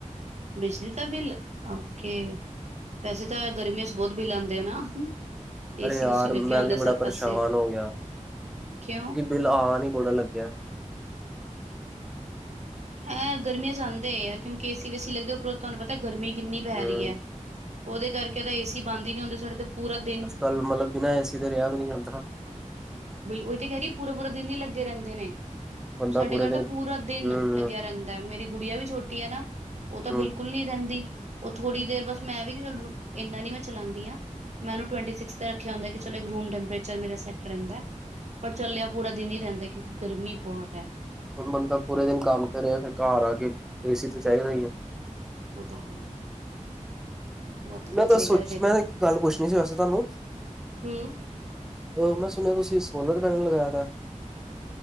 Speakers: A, on the right; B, in the centre.
A: ਬਿਜਲੀ ਦਾ ਬਿੱਲ, ਓਕੇ, ਵੈਸੇ ਤਾਂ ਗਰਮੀਆਂ 'ਚ ਬਹੁਤ ਬਿੱਲ ਆਂਦੇ ਆ ਨਾ
B: ਅਰੇ
A: ਏਸੀ
B: ਯਾਰ
A: ਉਸੀ ਲੱਗਿਆ
B: ਮੈਂ
A: ਹੁੰਦਾ
B: ਵੀ, ਬੜਾ
A: ਸਭ
B: ਪਰੇਸ਼ਾਨ
A: ਪਾਸੇ
B: ਹੋ ਗਿਆ ਕਿਉਂਕਿ,
A: ਕਿਉਂ
B: ਬਿੱਲ ਆਨ ਈ ਬੜਾ ਲੱਗ ਗਿਆ
A: ਅਹ ਗਰਮੀਆਂ 'ਚ ਆਂਦੇ ਯਾਰ, ਕਿਉਂਕਿ ਏ ਸੀ ਵੇਸੀ ਲੱਗਦੇ, ਉੱਪਰੋਂ ਤੁਹਾਨੂੰ ਪਤਾ ਗਰਮੀ ਕਿੰਨੀ ਪੈ
B: ਹੂੰ
A: ਰਹੀ ਐ ਉਹਦੇ ਕਰਕੇ, ਤਾਂ ਏ ਸੀ ਬੰਦ ਈ ਨੀ ਹੁੰਦੇ, ਸਾਡੇ 'ਤੇ ਪੂਰਾ ਦਿਨ
B: ਗਲ ਮਤਲਬ ਕੀ, ਨਾ ਏ ਸੀ 'ਤੇ ਰਿਹਾ ਵੀ ਨੀ ਜਾਂਦਾ
A: ਉਹੀ ਤੇ ਕਹਿ ਰਹੀ ਏ, ਪੂਰਾ-ਪੂਰਾ ਦਿਨ ਈ ਲੱਗੇ ਰਹਿੰਦੇ ਨੇ
B: ਬੰਦਾ
A: ਸਾਡੇ
B: ਪੂਰੇ
A: ਘਰ
B: ਦਿਨ
A: ਤਾਂ, ਪੂਰਾ ਦਿਨ
B: ਹੂੰ
A: ਲੱਗਿਆ ਰਹਿੰਦਾ, ਮੇਰੀ ਗੁੜੀਆ ਵੀ ਛੋਟੀ ਐ ਨਾ ਉਹ ਤਾਂ
B: ਹੂੰ
A: ਬਿਲਕੁੱਲ ਨੀ ਰਹਿੰਦੀ, ਉਹ ਥੋੜ੍ਹੀ ਦੇਰ ਬਸ ਮੈਂ ਵੀ ਫਿਰ, ਇੰਨਾ ਨੀ ਮੈਂ ਚਲਾਂਦੀ ਆ ਮੈ ਉਹਨੂੰ, ਟਵੈਂਟੀ ਸਿਕਸ 'ਤੇ ਰੱਖਿਆ ਹੁੰਦਾ ਕਿ, ਚਲ ਇੱਕ ਰੂਮ ਟੈਂਮਪਰੇਚ ਮੇਰਾ ਸੈਟ ਰਹਿੰਦਾ ਪਰ ਚੱਲਿਆ ਪੂਰਾ ਦਿਨ ਈ ਰਹਿਦਾ ਕਿਉਂਕਿ, ਗਰਮੀ ਬਹੁਤ ਐ
B: ਫ ਬੰਦਾ ਪੂਰੇ ਦਿਨ ਕੰਮ ਤੇ ਕਰੇ, ਫਿਰ ਘਰ ਆ ਕੇ ਏਸੀ ਤੇ ਚਾਈਦਾ ਈ ਐ
A: ਉਹ ਤਾਂ ਹੈ ਰਾਤੀ
B: ਮੈਂ
A: ਚਾਹੀਦਾ
B: ਤਾਂ ਸੋ
A: ਚਾਹੀਦਾ
B: ਮੈਂ ਇੱਕ ਗੱਲ, ਪੁੱਛਣੀ ਸੀ ਵੈਸੇ ਤਾਨੂੰ?
A: ਹਮ
B: ਔਰ ਮੈਂ ਸੁਣਿਆ, ਤੁਸੀਂ ਸੋਲਰ ਪੈਨਲ ਲਗਾਇਆ ਦਾ